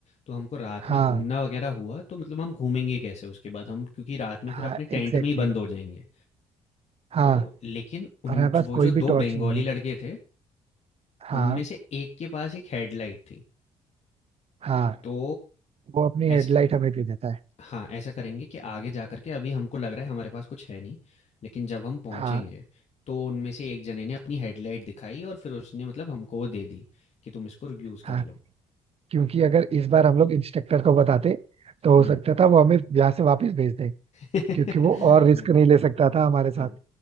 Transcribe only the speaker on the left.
तो हमको रात
में घूमना वगैरह हुआ, तो मतलब हम घूमेंगे कैसे उसके बाद हम क्योंकि रात में फिर
अपने टेंट
में ही बंद
हो जाएँगे।
तो लेकिन उन
ज वो
जो
2
बंगाली
लड़के थे,
उनमें से एक के पास एक हेडलाइट थी,
तो
ऐसे
हाँ, ऐसा करेंगे कि आगे जा कर के अभी हमको लग रहा है हमारे पास कुछ है नहीं, लेकिन जब हम पहुँचेंगे,
तो उनमें से एक जने ने अपनी हेडलाइट दिखाई और फिर उसने मतलब हमको वो दे दी, कि तुम इसको यूज़ कर
लो।
हुँ।
हुँ,
<laughs>
हाँ।